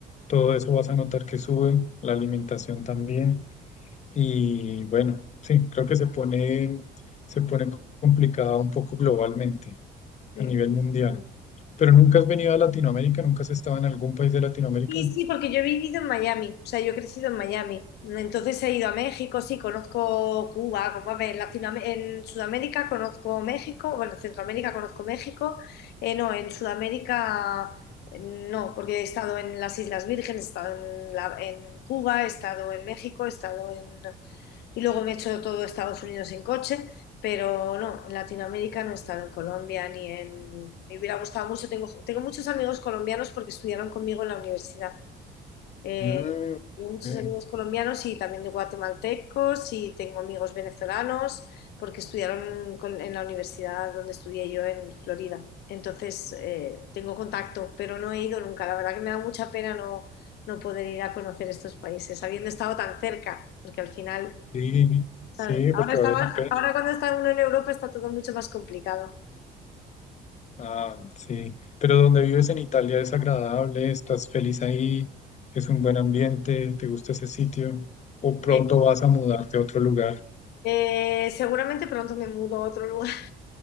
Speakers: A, on the left; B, on the left.
A: todo eso vas a notar que sube, la alimentación también. Y bueno, sí, creo que se pone, se pone complicada un poco globalmente,
B: Sí.
A: a nivel mundial. Pero nunca has venido a Latinoamérica, nunca has estado en algún país de Latinoamérica.
B: Sí, sí, porque yo he vivido en Miami, o sea, yo he crecido en Miami. Entonces he ido a México, sí, conozco Cuba, como a ver, Latinoam- en Sudamérica conozco México, bueno, en Centroamérica conozco México, eh, no, en Sudamérica eh, no, porque he estado en las Islas Vírgenes, he estado en, la- en Cuba, he estado en México, he estado en... y luego me he hecho todo Estados Unidos en coche, pero no, en Latinoamérica no he estado en Colombia ni en... Me hubiera gustado mucho, tengo, tengo muchos amigos colombianos porque estudiaron conmigo en la universidad. Eh,
A: Mm,
B: tengo muchos
A: Sí.
B: amigos colombianos y también de guatemaltecos y tengo amigos venezolanos porque estudiaron con- en la universidad donde estudié yo en Florida. Entonces, eh, tengo contacto, pero no he ido nunca. La verdad que me da mucha pena no, no poder ir a conocer estos países, habiendo estado tan cerca, porque al final,
A: Sí,
B: ¿sabes?
A: sí,
B: Ahora
A: porque
B: está
A: vale
B: más-
A: la pena.
B: ahora cuando está uno en Europa está todo mucho más complicado.
A: Ah, sí. Pero donde vives en Italia es agradable, estás feliz ahí, es un buen ambiente, te gusta ese sitio, o pronto
B: Eh,
A: vas a mudarte a otro lugar.
B: eh, seguramente pronto me mudo a otro lugar.